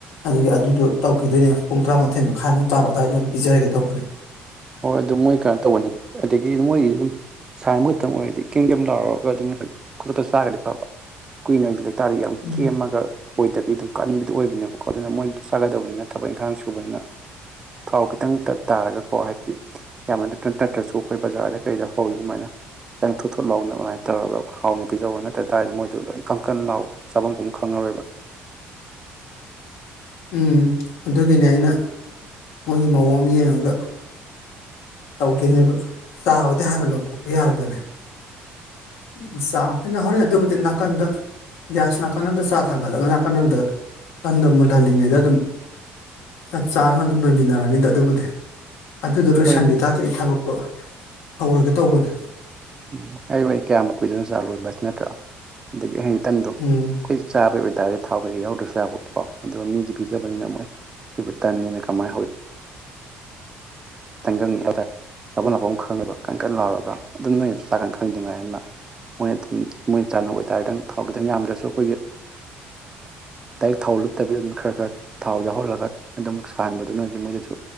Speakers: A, on the left; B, on the right.
A: ꯑꯗꯨꯒꯤ ꯑꯗꯨꯗꯣ ꯇꯧꯈꯤꯗꯣꯏꯅꯦ ꯄꯨꯡ ꯇꯔꯥꯃꯥꯊꯣꯏ ꯃꯈꯥꯏꯃꯨꯛ ꯇꯥꯕ ꯑꯗꯨꯋꯥꯏꯗ ꯑꯣꯏꯅ ꯄꯤꯖꯔꯒꯦ ꯇꯧꯕꯅꯦ꯫
B: ꯍꯣꯏ ꯑꯗꯨꯝ ꯃꯣꯏ ꯀꯩꯅꯣ ꯇꯧꯕꯅꯤ ꯑꯗꯒꯤ ꯃꯣꯏꯒꯤ ꯑꯗꯨꯝ ꯁꯥꯍꯟꯕ ꯈꯤꯇꯪ ꯑꯣꯏꯔꯗꯤ ꯀꯩꯝ ꯀꯩꯝ ꯂꯥꯎꯔꯒ ꯑꯗꯨꯝ ꯃꯣꯏ ꯈꯨꯗꯛꯇ ꯆꯥꯒꯗꯤ ꯐꯕ ꯀꯨꯏꯅ ꯇꯥꯔ ꯌꯥꯝ
A: ꯎꯝ
B: ꯀꯦꯝꯃꯒ ꯑꯣꯏꯗꯕꯤ ꯑꯗꯨꯝ ꯀꯟꯕꯗꯨ ꯑꯣꯏꯕꯅꯦꯕꯀꯣ ꯑꯗꯨꯅ ꯃꯣꯏ ꯆꯥꯒꯗꯕꯅꯤꯅ ꯊꯕꯛ ꯏꯪꯈꯥꯡ ꯁꯨꯕꯅꯤꯅ ꯊꯥꯎ ꯈꯤꯇꯪ ꯇꯥꯔꯒꯀꯣ ꯍꯥꯏ ꯌꯥꯝ ꯅꯠꯇ꯭ꯔꯅ ꯇꯠꯇ꯭ꯔꯁꯨ ꯑꯩꯈꯣꯏ ꯕꯖꯥꯔꯗ ꯀꯩꯗ ꯍꯧꯋꯤ ꯑꯗꯨꯃꯥꯏꯅ ꯪ ꯊꯣꯠ ꯊꯣꯠ ꯂꯥꯎꯅꯕ ꯑꯗꯨꯃꯥꯏꯅ ꯇꯧꯔꯒ ꯍꯥꯎꯅ ꯄꯤꯖꯧꯕ ꯅꯠꯇ꯭ꯔ ꯇꯥꯔꯗꯤ ꯃꯣꯏꯗꯨ ꯂꯣꯏ ꯀꯪꯀꯟ ꯂꯥꯎꯋꯏ ꯆꯥꯄꯣꯟꯐꯝ ꯈꯪꯉꯔꯣꯏꯕ
A: ꯎꯝ ꯑꯗꯨꯒꯤꯅꯤ ꯑꯩꯅ ꯃꯣꯏꯒꯤ ꯃꯑꯣꯡ ꯑꯃ ꯌꯦꯡꯉꯒ ꯇꯧꯗꯣꯏꯅꯦꯕ ꯆꯥꯕꯗꯤ ꯍꯥꯟꯅ ꯂꯣꯟꯊꯣꯛꯄ ꯌꯥꯔꯕꯅꯦ ꯎ ꯆꯥ ꯑꯩꯈꯣꯏꯅ ꯍꯧꯔꯛꯦ ꯑꯗꯨꯕꯨꯗꯤ ꯅꯥꯀꯟꯗ ꯒ꯭ꯌꯥꯁ ꯅꯥꯀꯟꯝꯗ ꯆꯥ ꯊꯥꯡꯒꯠꯂꯒ ꯅꯥꯀꯟ ꯑꯝꯗ ꯀꯟꯗ ꯃꯨꯜꯍꯜꯂꯤꯉꯩꯗ ꯑꯗꯨꯝ ꯆꯞ ꯆꯥꯅ ꯑꯗꯨꯝ ꯂꯣꯏꯃꯤꯟꯅꯔꯅꯤꯗ ꯑꯗꯨꯕꯨꯗꯤ ꯑꯗꯨꯗꯨꯅꯣꯏ
B: ꯍꯣꯏ
A: ꯁꯪꯒꯤꯇꯥꯗꯤ ꯑꯩ ꯊꯕꯛꯇꯣ ꯍꯧꯔꯒ ꯇꯧꯕꯅꯤ
B: ꯎꯝ ꯑꯩ ꯋꯥ ꯀꯌꯥꯝ ꯀꯨꯏꯗꯅ ꯆꯥ ꯂꯣꯏꯕ ꯍꯥꯏꯁꯤ ꯅꯠꯇ꯭ꯔꯥ ꯑꯗꯒꯤ ꯑꯩ ꯏꯇꯟꯗꯣ ꯑꯩꯈꯣꯏ
A: ꯎꯝ
B: ꯆꯥꯕꯩ ꯑꯣꯏꯕꯇꯥꯥꯔꯗꯤ ꯊꯥꯎ ꯀꯩꯀ ꯌꯥꯎꯗ꯭ꯔꯁꯨ ꯌꯥꯕꯀꯣ ꯑꯗꯨꯒ ꯃꯤꯗꯤ ꯄꯤꯖꯕꯅꯤꯅ ꯃꯣꯏ ꯏꯕꯨ ꯇꯟꯅꯤꯅ ꯀꯃꯥꯏꯅ ꯍꯧꯏ ꯇꯪꯒꯪ ꯍꯥꯏꯇꯥꯔꯦ ꯆꯥꯄꯠ ꯂꯥꯛꯄ ꯑꯃ ꯈꯪꯉꯕ ꯀꯟꯅ ꯂꯥꯎꯔꯒ ꯑꯗꯨꯝ ꯅꯪꯩꯅꯁꯨ ꯆꯥꯛꯀꯥꯟ ꯈꯪꯗꯉꯥꯏ ꯑꯪꯅ ꯃꯣꯏꯅ ꯑꯗꯨꯝ ꯃꯣꯏꯅ ꯆꯥꯟꯅꯕ ꯑꯣꯏꯇꯥꯔꯦꯪ ꯊꯥꯎ ꯈꯤꯇꯪ ꯌꯥꯝꯗ꯭ꯔꯁꯨ ꯑꯩꯈꯣꯏꯒꯤ ꯗꯥꯏꯔꯦꯛ ꯊꯥꯎ ꯂꯨꯞꯇꯕꯤꯗ ꯑꯗꯨꯝ ꯈꯔ ꯈꯔ ꯊꯥꯎ ꯌꯥꯎꯍꯜꯂꯒ ꯑꯗꯨꯝ ꯁꯥꯍꯟꯥꯟꯕꯗꯨꯅꯗꯤ ꯃꯣꯏꯗꯁꯨ